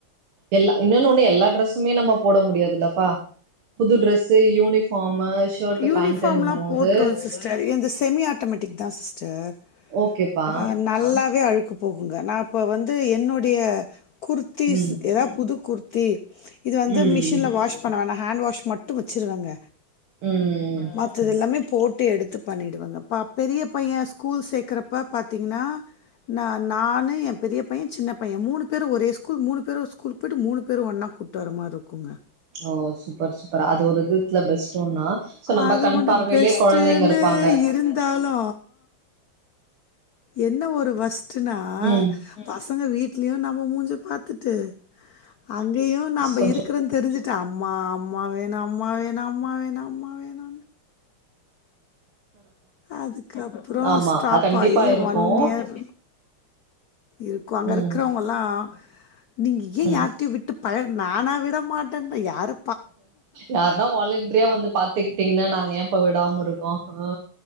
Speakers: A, on the right; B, on the left.
A: எல்லா இன்னொன்னு ஒண்ணு எல்லா டிரெஸ்மே நம்ம போட முடியாதுல்லப்பா புது ட்ரெஸ்ஸு யூனிஃபார்மு ஷர்ட்டு
B: யூனிஃபார்ம்ல்லா
A: பேண்ட்டுன்னும் போது
B: போட்ருவ சிஸ்டர் எந்து செமிய ஆட்டமெட்டிக் தா சிஸ்டர்
A: ஓகேப்பா
B: அ நல்லாவே அழுக்கு போகுங்க நா இப்ப வந்து என்னுடைய குர்த்திஸ்
A: ம்
B: எதாவது புது குர்த்தி இது வந்து
A: ம்
B: மிஷின்ல வாஷ் பண்ணவேணா ஹேண்ட் வாஷ் மட்டு வச்சுருவங்க
A: ம்
B: மத்ததுல்லாமே போட்டு எடுத்து பண்ணிடுவங்க பா பெரிய பையன் ஸ்கூல் சேக்றப்ப பாத்தீங்கனா நா நானு என் பெரிய பைய சின்ன பைய மூணு பேரு ஒரே ஸ்கூல் மூணு பேரு ஸ்கூல் போயிட்டு மூணு பேரு ஒன்னா கூட்டுவர மாரி இருக்குங்க
A: ஓ சூப்பர் சூப்பர் அது ஒரு விதத்துல பெஸ்ட்டுந்தா சோ நம்ம
B: அது
A: கண்
B: ஒன்னு
A: பார்வையிலே
B: பெஸ்
A: கொழந்தைங்க
B: ட்டுனு
A: இருப்பாங்க
B: இருந் தாலு என்ன ஒரு வஸ்ட்ன்னா
A: ம்
B: பசங்க வீட்லயு நம்ம மூஞ்ச பாத்துட்டு அங்கயு நாம்ப
A: கொஞ்சோ
B: இரு க்கிறு தெரிஞ்சுட்டு அம்மா அம்மா வேணு அம்மா வேணு அம்மா வேணு அம்மா வேணு அதுக்கப்பற
A: ஆமா
B: ஸ்டாப்
A: அது கண்டிப்பா
B: ஆயி
A: இருக்கு
B: ஒன் இயர் இருக்கு அங்க
A: ம்
B: இருக்கிறவங்கல்லா நீங்க ஏன்
A: ம்
B: யாரிட்டையு விட்டு பழகுனா நா விட மாட்டன்ட்ட யாரு
A: யாருன்னா வாலண்ட்ரியா வந்து பாத்துக்கிட்டீங்கனா நாங்க ஏம்ப்பா விடாம இருக்கோ அ